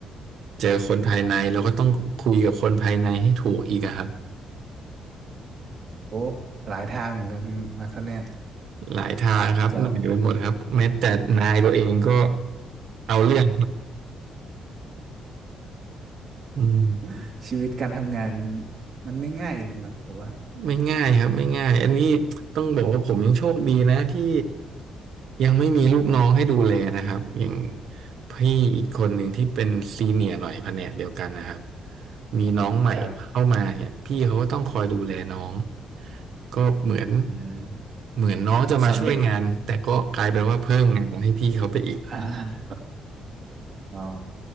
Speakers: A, on the right (about 70°); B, on the right (about 45°).
A: เจอคนภายในเราก็ต้องคุยกับคนภายในให้ถูกอีกอะครับ
B: โอ้ หลายทางเหมือนกันนะครับเนี่ย
A: หลายทางครับเหนื่อยไปหมดครับแม้แต่นายตัวเองก็
B: เจ้า
A: เอาเรื่องอืม
B: <laughs> ชีวิตการทำงานมันไม่ง่ายจริงๆหรอกผมว่า
A: ไม่ง่ายครับไม่ง่ายอันนี้ต้องบอกว่าผมยังโชคดีนะที่ยังไม่มีลูกน้องให้ดูแลนะครับอย่างพี่อีกคนหนึ่งที่เป็นซีเนียร์หน่อยแผนกเดียวกันนะครับมีน้องใหม่เข้ามาเนี่ยพี่เขาก็ต้องคอยดูแลน้อง
B: ครับ
A: ก็เหมือน
B: อืม
A: เหมือนน้องจะมาช่วยงานแต่ก็กลายเป็นว่าเพิ่มงานให้พี่เขาไปอีก
B: แบบสอนเด็ก <laughs> อ่าอ๋อ